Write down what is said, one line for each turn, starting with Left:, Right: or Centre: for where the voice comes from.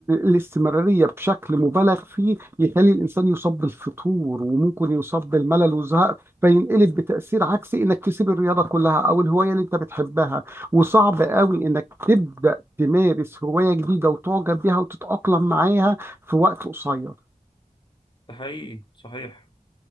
Right: الاستمراريه بشكل مبالغ فيه يخلي الانسان يصاب بالفتور وممكن يصاب بالملل والزهق فينقلب بتاثير عكسي انك تسيب الرياضه كلها او الهوايه اللي انت بتحبها وصعب قوي انك تبدا تمارس هوايه جديده وتعجب بيها وتتاقلم معاها في وقت قصير
Left: ده حقيقي صحيح